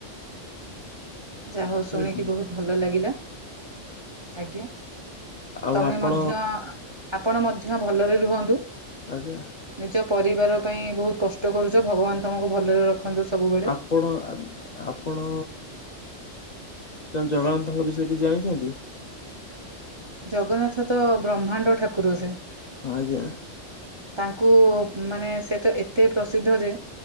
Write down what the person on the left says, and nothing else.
ଠିକ
ଅଛି
ଆଉ
ଆପଣ
ଆଜ୍ଞା।
ଆପ ଆପଣ ଆପଣ ଜଗନ୍ନାଥଙ୍କ ବିଷୟରେ କିଛି ଜାଣିଛନ୍ତି।
ଆଜ୍ଞା